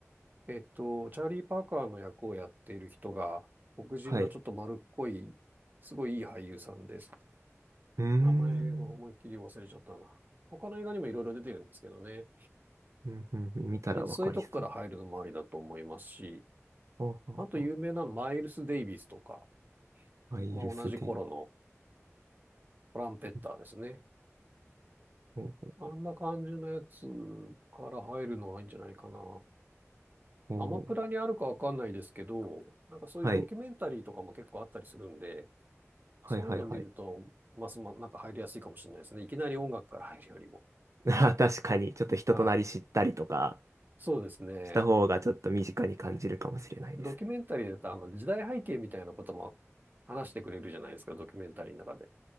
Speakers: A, on the right (about 40°); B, on the right (about 80°).
A: えっと、チャーリー・パーカーの役をやっている人が、黒人のちょっと丸っこい、
B: はい。う
A: すごいいい俳優さんです。
B: ーん。
A: 名前を思いっきり忘れちゃったな。他の映画にもいろいろ出てるんですけどね。
B: うんうんうん見たらわかりそう。
A: で、そういうとこから入るのもありだと思いますし、
B: はあはあは
A: あと有名なのマイルス・デイビスとか、
B: あアイルスデイビ
A: まあ、同じ頃のトランペッターですね。
B: ー。お
A: あんな感じのやつから入るのはいいんじゃないかな。
B: お、
A: アマプラにあるかわかんないですけど、なんかそういうドキュメンタリーとかも結構あったりするんで、
B: はい。はいはいはい。
A: そういうの見ると、ますま、なんか入りやすいかもしれないですね。いきなり音楽から入るよりも。
B: あー、確かに、ちょっと人となり知ったりとか
A: はい。そうですね。
B: した方がちょっと身近に感じるかもしれないですね。
A: ドキュメンタリーだと、あの、時代背景みたいなことも話してくれるじゃないですか、ドキュメンタリーの中で。